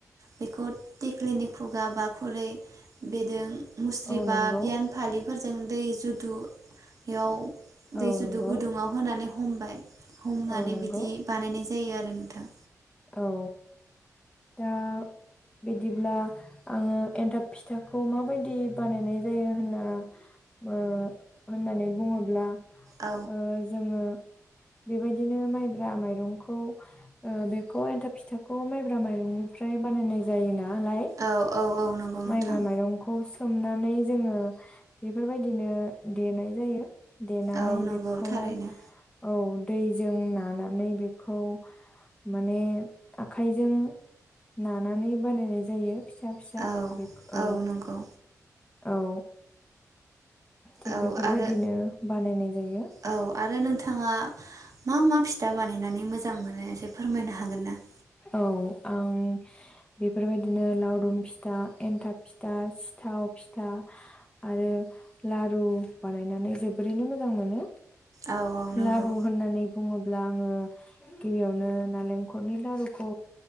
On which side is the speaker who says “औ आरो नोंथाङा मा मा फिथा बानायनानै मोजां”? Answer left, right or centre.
Right